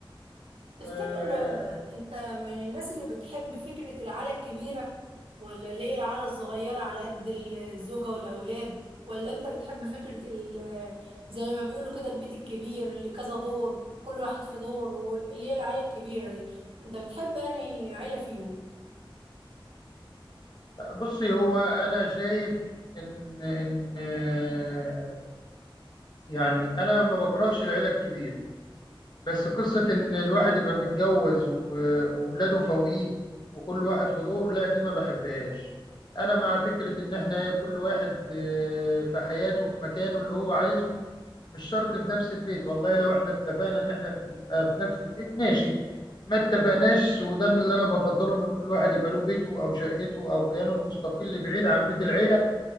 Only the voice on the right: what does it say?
تفتكر
آه، انت من الناس اللي بتحب فكره العيله الكبيره ولا اللي هي العيله الصغيره على قد الزوجه والاولاد ولا انت بتحب فكره ال- آه، زي ما بيقولوا كده البيت الكبير اللي كذا دور كل واحد في دور واللي هي العيله الكبيره دي انت بتحب انهي عيله فيهم